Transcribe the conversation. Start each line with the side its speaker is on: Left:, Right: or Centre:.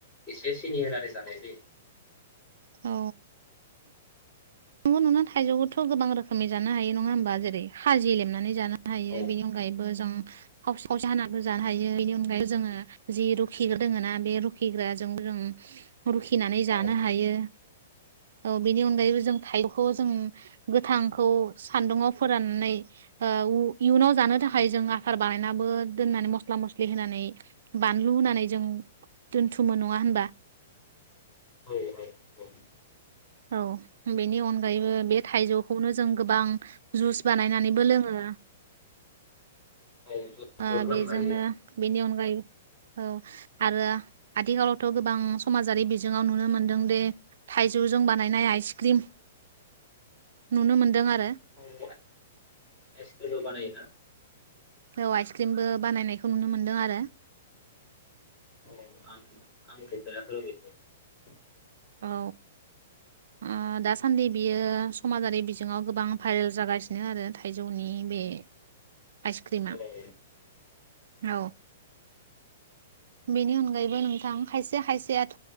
Left: एसे सिनि होनानै जानाय जायो।
Right: औ नङो नना <unintelligible> थाइजौखौथ' गोबां रोखोमनि जानो हायो नङा होमबा जेरै खाजि लेमनानै जानो हायो
Left: औ
Right: बेनि अनगायैबो जों खावसे खावसे हानानैबो जानो हायो बेनि अनगायै जोङो जि रुखिग्रा दोङो ना बे रुखिग्राजों जों रुखिनानै
Left: औ
Right: जानो हायो औ बिनि अनगायैबो जों थाइजौखौ जों गोथांखौ सान्दुंआव फोराननानै ओ इयुनाव जानो थाखाय जों आसार बानायनाबो दोनना मस मस्ला मस्लि होनानै बानलु होनानै जों दोनथुमो नङा होमबा
Left: औ औ औ
Right: औ बेनि अनगायैबो बे थाइजौखौनो जों गोबां जुस बानायनानैबो लोंङो उम
Left: औ औ जबो
Right: ओ
Left: खालामनो
Right: बेजोंनो
Left: हायो
Right: बेनि अनगायै औ आरो आथिखालावथ गोबां समाजारि बिजोंङाव नुनो मोनदों दि थाइजौजों बानायनाय आइस क्रिम नुनो मोनदों आ
Left: <unintelligible> आइसक्रिमबो बानायो ना
Right: औ आइसक्रिमबो बानायनायखौ नुनो मोनदों आरो
Left: <unintelligible>
Right: औ आ दा सान्दि बियो समाजारि बिजोङाव गोबां भाइरेल जागासिनो आरो थाइजौनि बे आइसक्रिमा
Left: औ
Right: औ बेनि अनगायैबो नोंथां खायसे खायसेयाथ